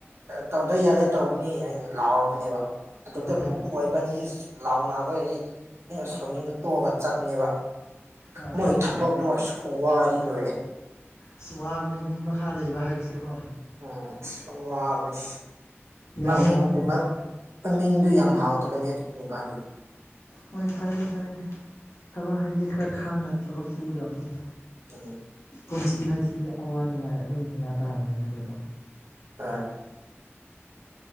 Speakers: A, on the right; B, on the left.
A: ꯇꯧꯗ ꯌꯥꯗꯦ ꯇꯧꯕꯅꯤ ꯑꯩꯅ ꯂꯥꯎꯔꯛꯄꯅꯦꯕ ꯑꯗꯨꯗ
B: ꯑꯥ
A: ꯃꯄꯨ ꯑꯣꯏꯕꯅꯤꯁꯤ ꯂꯥꯎꯅꯕ ꯑꯩ ꯑꯩꯅ ꯁꯣꯅꯤꯅ ꯇꯣꯛꯑꯒ ꯆꯠꯄꯅꯦꯕ
B: ꯑꯥ
A: ꯃꯣꯏ ꯊꯕꯛꯇꯣ ꯑꯁ ꯈꯨꯝꯋꯥꯗꯤ ꯂꯣꯏꯔꯦ
B: ꯑꯁ ꯋꯥꯕꯅꯦ ꯃꯤ ꯃꯈꯥ ꯂꯩꯕ ꯍꯥꯏꯕꯁꯤꯀꯣ
A: ꯎꯝ ꯑꯁ ꯋꯕꯅꯦ
B: ꯌꯥꯝ
A: ꯃꯃꯤꯡ
B: ꯋꯥꯏꯑꯦꯕ
A: ꯃꯃꯤꯡꯗꯨ ꯌꯥꯝ ꯍꯥꯎꯇꯕꯅꯦ ꯑꯗꯨꯒꯤ ꯅꯨꯄꯥꯗꯨ
B: ꯍꯣꯏ ꯐꯔꯦ ꯐꯔꯦ ꯊꯕꯛ ꯍꯥꯏꯁꯦ ꯈꯔ ꯈꯥꯡꯅ ꯊꯕꯛ ꯆꯁꯨꯒꯗꯕꯅꯤ
A: ꯎꯝ
B: ꯄꯨꯟꯁꯤ ꯍꯥꯏꯁꯤꯗꯤ ꯑꯋꯥ ꯅꯨꯡꯉꯥꯏ ꯑꯗꯨꯝ ꯊꯦꯡꯅꯥ ꯇꯥꯕꯅꯤꯅ ꯀꯩꯅꯣ
A: ꯑꯥ <unintelligible>